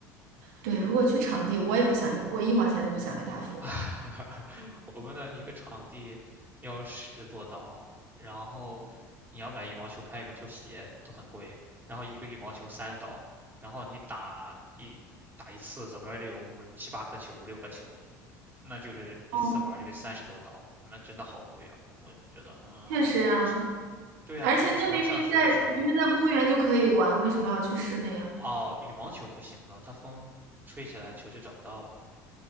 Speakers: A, on the right; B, on the right.
A: 对，如果去场地，我也不想一，我一毛钱都不想给他付。
B: <laughs> 我们的一个场地要十多刀，然后你要买羽毛球拍、羽毛球鞋都很贵，然后一个羽毛球三刀，然后你打一打一次，怎么着也得有五七八颗球、五六颗球，那就是一次玩儿就得三十多刀，
A: 哦，
B: 那真的好贵啊！我觉得，嗯，
A: 确实呀。
B: 是对啊，
A: 而且那明明在明明在公园就可以玩，
B: 之前在学校上学的时候，
A: 为什么要去室内啊？
B: 哦，羽毛球不行的，它风吹起来球就找不到了。